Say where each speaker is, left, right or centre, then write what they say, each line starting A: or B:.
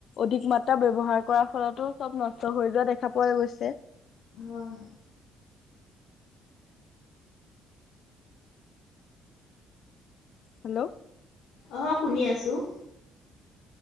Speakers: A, on the left; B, on the left.
A: অধিক মাত্ৰা ব্যৱহাৰ কৰাৰ ফলতো চব নষ্ট হৈ যোৱা দেখা পোৱা গৈছে।
B: হয়।
A: হেল্ল'
B: অঁ শুনি আছোঁ।